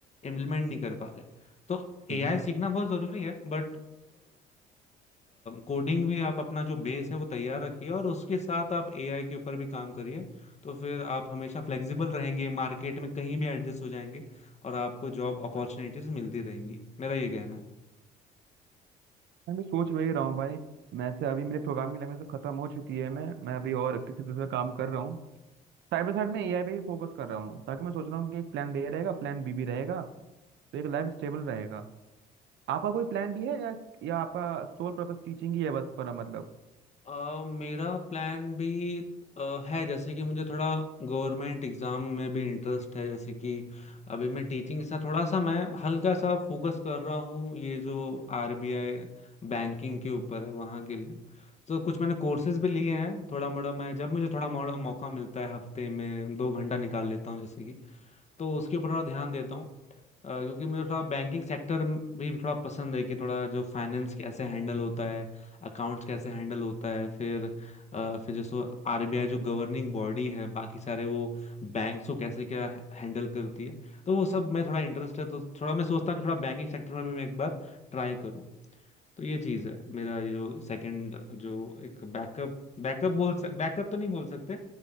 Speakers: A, on the left; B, on the right.
A: इम्प्लीमेंट नहीं
B: हम्म,
A: कर पा रहे तो एआई
B: हम्म।
A: सीखना बहुत जरूरी है बट कोडिंग भी आप अपना जो बेस है वो तैयार रखिए और उसके साथ आप एआई के ऊपर भी काम करिए तो फिर आप हमेशा फ्लेक्सिबल रहेंगे मार्केट में कहीं भी एडजस्ट हो जाएंगे और आपको जॉब अपॉर्चुनिटीज मिलती रहेंगी मेरा ये कहना है
B: मैं भी सोच वही रहा हूँ भाई मैं से अभी मेरे प्रोग्राम की लैंग्वेज तो खत्म हो चुकी है मैं मैं अभी और किसी दूसरा काम कर रहा हूँ साइड बाई साइड में एआई पे ही फोकस कर रहा हूँ ताकि मैं सोच रहा हूँ कि एक प्लान बी रहेगा प्लान बी भी रहेगा तो एक लाइफ स्टेबल रहेगा आपका कोई प्लान भी है या या आपका सोल पर्पस टीचिंग ही है बस पर मतलब
A: अ, मेरा प्लान भी अ, है जैसे कि मुझे थोड़ा गवर्नमेंट एग्जाम में भी इंटरेस्ट है जैसे कि अभी मैं टीचिंग के साथ थोड़ा सा मैं हल्का सा फोकस कर रहा हूँ ये जो आरबीआई बैंकिंग के ऊपर है वहाँ के लिए तो कुछ मैंने कोर्सेज भी लिए हैं थोड़ा मोड़ा मैं जब मुझे थोड़ा मोड़ा मौका मिलता है हफ्ते में दो घंटा निकाल लेता हूँ जैसे कि तो उसके ऊपर थोड़ा ध्यान देता हूँ अ, क्योंकि मुझे थोड़ा बैंकिंग सेक्टर भी थोड़ा पसंद है कि थोड़ा जो फाइनेंस कैसे हैंडल होता है अकाउंट्स कैसे हैंडल होता है फिर अ, फिर जैसे आरबीआई जो गवर्निंग बॉडी है बाकी सारे वो बैंक्स को कैसे क्या हैंडल करती है तो वो सब में थोड़ा इंटरेस्ट है तो थोड़ा मैं सोचता हूँ कि थोड़ा बैंकिंग सेक्टर में भी मैं एक बार ट्राई करूँ तो ये चीज़ है मेरा जो सेकंड जो एक बैकअप बैकअप बोल बैकअप तो नहीं बोल सकते